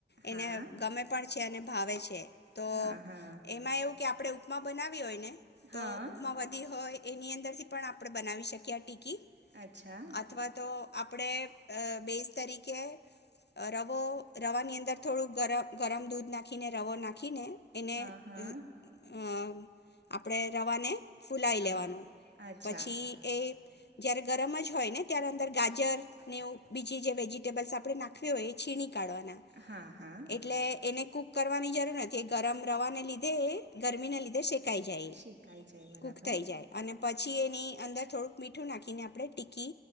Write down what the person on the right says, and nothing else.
હા
હા હા
હા
અચ્છા
હા હા
હા
અચ્છા
હા હા
શીખાય જાય બરાબર